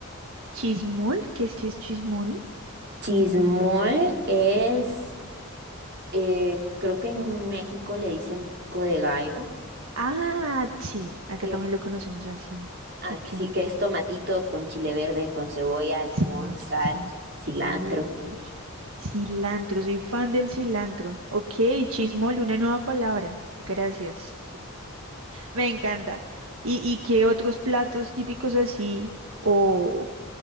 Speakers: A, on the right; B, on the right.
A: Chismol, ¿qué es chis chismol?
B: Chismol es, eh, creo que en México le dicen pico de gallo,
A: Ah, sí, acá
B: que
A: también
B: es,
A: lo conocemos así.
B: ah,
A: Ok.
B: sí, que es tomatito con chile verde, con cebolla, limón,
A: Cebolla,
B: sal,
A: sí.
B: cilantro.
A: Uy. Cilantro, soy fan del cilantro. Ok, chismol, una nueva palabra. Gracias. Me encanta. ¿Y, y qué otros platos típicos así o,